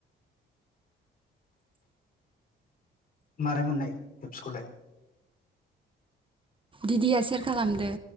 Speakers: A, on the left; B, on the right.
A: माबारै मोननाय एपसखौलाय
B: दिदिया सेयार खालामदो